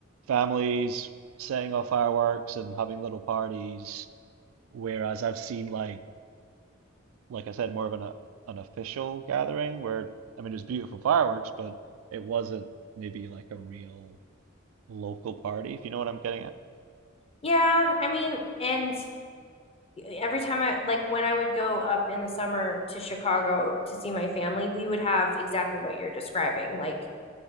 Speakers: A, on the right; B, on the left.
A: families setting off fireworks and having little parties. Whereas I've seen like, like I said, more of an uh, an official gathering where, I mean, it was beautiful fireworks, but it wasn't maybe like a real local party, if you know what I'm getting at.
B: Yeah, I mean, and every time I like when I would go up in the summer to Chicago to see my family, we would have exactly what you're describing. Like